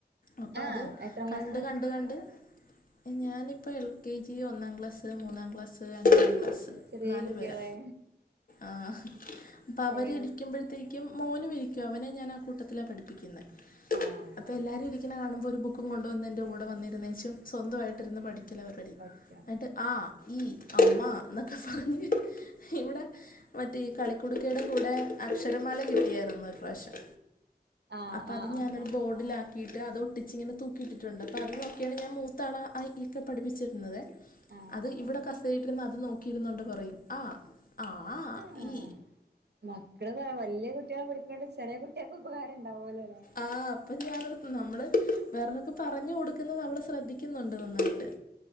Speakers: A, on the left (about 55°); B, on the right (about 85°).
A: അപ്പ
B: ആഹ്
A: അത്
B: എത്രാം ക്ലാസ്
A: കണ്ട് കണ്ട് കണ്ട് ഞാനിപ്പോ എൽ കെ ജി ഒന്നാം ക്ലാസ് മൂന്നാം ക്ലാസ്സ് അഞ്ചാം ക്ലാസ്സ്
B: ചെറിയ
A: നാല്
B: കുട്ടികളെ
A: പേരാ ആഹ് അപ്പവര്
B: ആഹ്
A: ഇരിക്കുമ്പഴത്തേ ക്കും മോനുവിരിക്കും അവനെ ഞാനാ കൂട്ടത്തിലാ പഠിപ്പിക്കുന്നെ
B: ആഹ്
A: അപ്പ എല്ലാരും ഇരി ക്കണ കാണുമ്പോ ഒരു ബുക്കും കൊണ്ടുവന്ന് എൻ്റെ കൂട വന്നിരുന്നേച്ചും സ്വന്തവായിട്ടിര്ന്ന് പഠിക്കല പരുപാടി
B: പഠിക്കാണ്
A: എന്നിട്ട് ആ ഈ അമ്മന്നക്കെ പറഞ്ഞ് ഇവിടെ മറ്റേ ഈ കളിക്കുടുക്കേട കൂടെ അക്ഷരമാല കിട്ടിയാരുന്നു ഈ പ്രാവശ്യം
B: ആഹ്
A: അപ്പത്
B: ആഹ് ആഹ്
A: ഞാനൊരു ബോർഡിലാക് ക്കീട്ട് അത് ഒട്ടിച്ച്ങ്ങനെ തൂക്കിട്ടിട്ടുണ്ട് അപ്പൊ അത് നോക്ക്യാണ് ഞാൻ മൂത്താള അ ഈ ക്കെ പഠിപ്പിച്ചിരുന്നതെ
B: ആഹ്
A: അത്
B: ആഹ് ആഹ്
A: ഇവിടെ കസേരയിട്ടിര്ന്ന് അത് നോക്കിയിരുന്നോണ്ട് പറയും അ ആ
B: ആഹ്
A: ഈ
B: മക്കള് വ വല്യ കുട്ട്യളെ പഠിക്കാണ്ട് ചെറിയ കുട്ട്യക്കുപകാരം ഉണ്ടാകുവല്ലേ
A: ആഹ് അപ്പൊ ഞാനോർത്തു നമ്മള് വേറൊരാക്ക് പറഞ്ഞു കൊടുക്കുന്നത് അവള് ശ്രദ്ധിക്കുന്നൊണ്ട് നന്നായിട്ട്